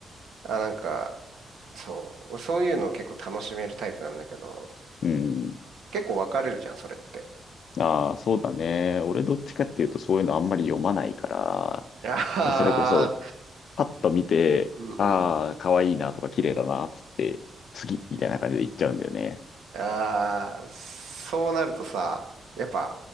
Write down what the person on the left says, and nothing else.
うん。
ああ、そうだね。俺どっちかっていうとそういうのあんまり読まないか
ら、それこそ、パッと見て、
ああ、可愛いなとか綺麗だな、つって、次みたいな感じで行っちゃうんだよね。